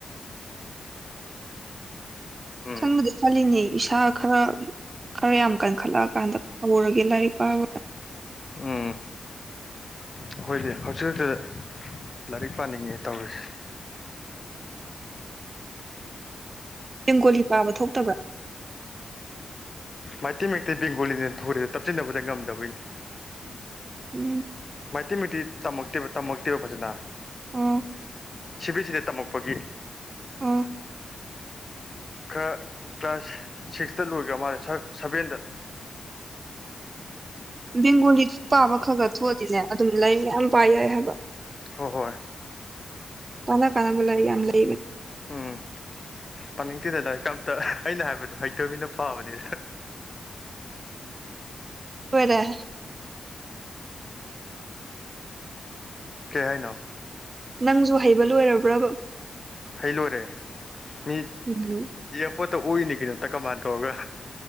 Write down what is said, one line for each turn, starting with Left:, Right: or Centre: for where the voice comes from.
Left: ꯎꯝ
Right: ꯈꯟꯕꯗꯤ ꯈꯜꯂꯤꯅꯦ ꯏꯁꯥ ꯈꯔ ꯈꯔ ꯌꯥꯝ ꯀꯟꯈꯠꯂꯛꯑ ꯀꯥꯟꯗ ꯍꯧꯔꯒꯦ ꯂꯥꯏꯔꯤꯛ ꯄꯥꯕ
Left: ꯎꯝ ꯑꯩꯈꯣꯏꯗꯤ ꯍꯧꯖꯤꯛ ꯈꯛꯇꯗ ꯂꯥꯏꯔꯤꯛ ꯄꯥꯅꯤꯡꯉꯦ ꯇꯧꯔꯤꯁꯦ
Right: ꯦꯡꯒꯣꯂꯤ ꯄꯥꯕ ꯊꯣꯛꯇꯕ꯭ꯔꯥ
Left: ꯃꯩꯇꯩ ꯃꯩꯇꯩ ꯕꯦꯡꯒꯣꯂꯤꯅꯦꯅ ꯊꯣꯔꯦꯦ ꯇꯞꯁꯤꯟꯅꯕꯗ ꯉꯝꯗꯕꯩꯅꯦ
Right: ꯎꯝ
Left: ꯃꯩꯇꯩ ꯃꯩꯛꯇꯤ ꯇꯝꯃꯛꯇꯦꯕ ꯇꯝꯃꯛꯇꯦꯕ ꯐꯖꯅ
Right: ꯑꯣ
Left: ꯁꯤ ꯕꯤ ꯑꯦꯁ ꯁꯤꯗ ꯇꯝꯃꯛꯄꯒꯤ
Right: ꯑ
Left: ꯈꯔ ꯀ꯭ꯂꯥꯁ ꯁꯤꯛꯁꯇ ꯂꯣꯏꯈ꯭ꯔ ꯃꯥꯜꯂꯦ ꯁꯚꯦꯟꯗ <inaudible>
Right: ꯕꯦꯡꯒꯣꯂꯤ ꯄꯥꯕ ꯈꯛ ꯈ ꯊꯣꯛꯑꯗꯤꯅꯦ ꯑꯗꯨꯝ ꯂꯩ ꯃꯌꯥꯝ ꯄꯥ ꯌꯥꯏ ꯍꯥꯏꯕ
Left: ꯍꯣꯏ ꯍꯣꯏ
Right: ꯇꯥꯟꯅꯥ ꯀꯥꯟꯅꯕ ꯂꯔꯒ ꯌꯥꯝꯝ ꯂꯩ
Left: ꯎꯝ ꯄꯥꯅꯤꯡꯊꯤꯗ ꯂꯔꯤꯀꯝꯇ ꯑꯩꯅ ꯍꯥꯏꯕꯗꯣ ꯍꯩꯇꯕꯅꯤꯅ ꯄꯥꯕꯅꯤ
Right: ꯍꯣꯏꯔꯦ
Left: ꯀꯍꯅꯣ
Right: ꯅꯪꯁꯨ ꯍꯩꯕ ꯂꯣꯏꯔꯕ꯭ꯔꯥꯕ
Left: ꯍꯩ ꯂꯣꯏꯔꯦ ꯃꯤ
Right: ꯎꯝ
Left: ꯏꯌꯥꯔꯄꯣꯔꯠꯇ ꯑꯣꯏꯏꯅꯤ ꯀꯩꯅꯣꯇ ꯀꯃꯥꯟ ꯇꯧꯔꯒ